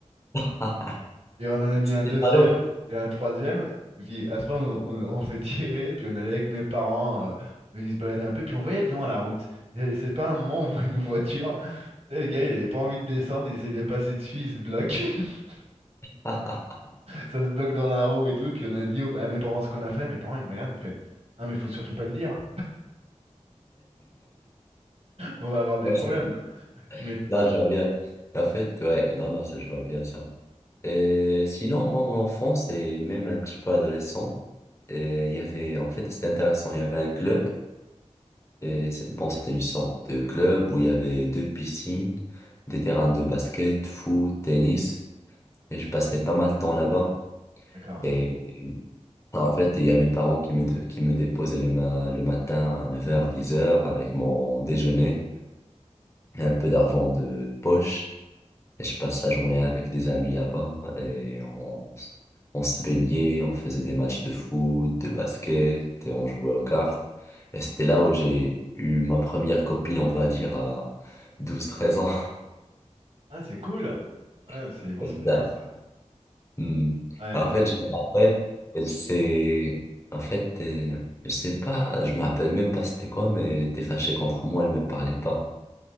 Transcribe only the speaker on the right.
<laughs> et on en a mis un deuxième,
et un troisième, et puis après, on, on- on s'est tiré, et puis on allait avec mes parents, euh, ils se baladaient un peu, puis on voyait de loin la route. Et c'est pas un moment où on voit une voiture Tu sais, le gars, il avait pas envie de descendre, il essaye de passer dessus, il se bloque, <laughs>
ça se bloque dans la roue et tout. Et puis on a dit au- à mes parents ce qu'on a fait. Mes parents, ils me regardent, ils me font Non, mais faut surtout pas le dire, hein. On va avoir des
problèmes.
Tu mets.
D'accord.
Ah, c'est cool. Ouais, c'est
des bons
souvenirs,
ça.
Ouais,
mais.
Oui,